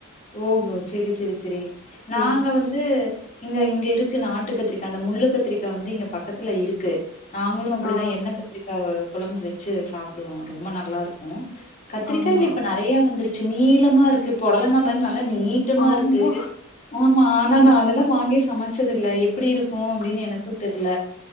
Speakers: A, on the left; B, on the left.
A: ஓஹோ செரி செரி செரி நாங்க
B: ஆ
A: வந்து இங்க இங்க இருக்கு கத்துரிக்கா அந்த முள்ளு கத்துரிக்கா வந்து இங்க பக்கத்துல இருக்கு நாங்களு அப்புடிதா
B: ஆ
A: எண்ண கத்ரிக்காவ கொழம்பு வெச்சு சாப்புடுவோ ரொம்ப நல்லாருக்கு கத்திரிக்காய்ல்ல
B: ஆமா
A: இப்ப நெறைய வந்துருச்சு நீளமாருக்கு பொடலங்க நல்ல நீட்டமாருக்கு
B: ஆமா
A: ஆம்மா ஆனா
B: ஆமா
A: நா அதெல்லா வாங்கி சமச்சதுல்ல எப்டி இருக்கு அப்டின்னு எனக்கூ தெர்ல